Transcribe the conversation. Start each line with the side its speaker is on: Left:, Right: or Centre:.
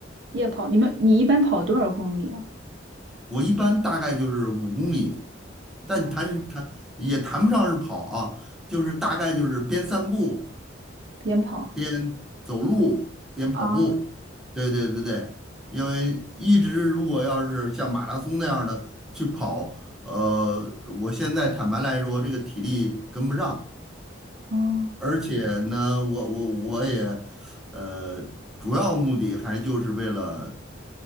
Right: 夜跑，你们你一般跑多少公里啊？
Centre: 我一般大概就是五公里，但谈谈也谈不上是跑啊，
Right: 哦，
Centre: 就是大概就是边散步
Right: 边跑
Centre: 边走路边跑步。
Right: 啊，
Centre: 对对对对，因为一直如果要是像马拉松那样的去跑，呃，我现在坦白来说，这个体力跟不上，
Right: 哦
Centre: 而且呢，我我我也，呃，主要目的还就是为了。